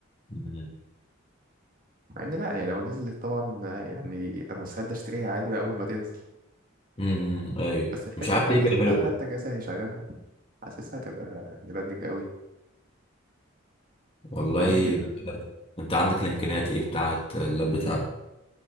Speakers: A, on the left (about 25°); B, on the right (about 40°).
A: أمم،
B: مع ان لا هي لو نزلت طبعا يعني انا مستعد اشتريها عادي بقى اول ما تنزل
A: أمم، ايوه
B: بس الفكره
A: مش عارف
B: هل
A: ليه بيعملوا
B: هل
A: كده
B: حتى جهازي هيشغلها حاسسها هتبقى ديبندنج قوي
A: والله
B: مع ان جه-
A: انت عندك الامكانيات ايه بتاعت اللاب بتاعك